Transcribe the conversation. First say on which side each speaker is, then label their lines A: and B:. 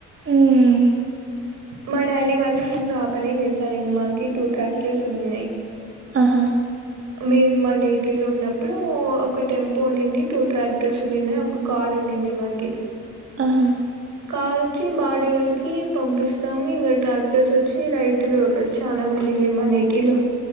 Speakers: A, on the right; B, on the right.
A: ఉమ్
B: మా డాడీ వాళ్ళు ముందు ఆ పనే జేశా ఇన్ మాకి టూ ట్రాక్టర్స్ ఉన్నయ్
A: ఆహా
B: మేమ్ మా నేటివ్ లో ఉన్నప్పుడూ ఒక టెంపో ఉన్నింది టూ ట్రాక్టర్స్ ఉన్నిన్నయ్ ఒక కార్ ఉన్నింది మాకి
A: ఆహా
B: కారొచ్చి బాడిగలకీ పంపిస్తాం ఇంగ ట్రాక్టర్స్ ఒచ్చి రైతులు అక్కడ చానా మంది లే మ నేటీలు